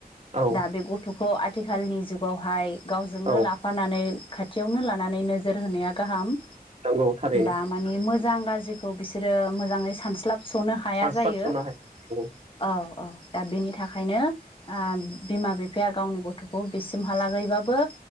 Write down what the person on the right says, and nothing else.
औ
औ
नंगौ थारैनो
सानस्लाबस'नो
हाया नंगौ